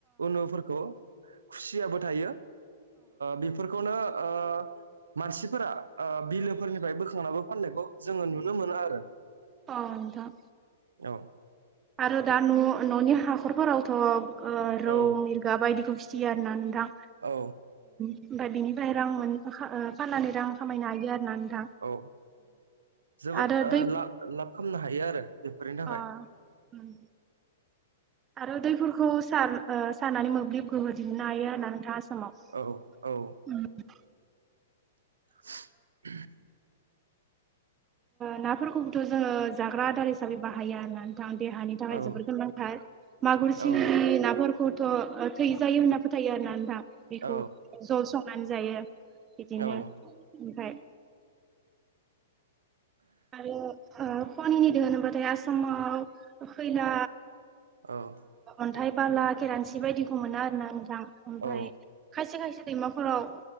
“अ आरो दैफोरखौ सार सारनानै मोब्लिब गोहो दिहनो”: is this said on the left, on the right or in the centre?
Right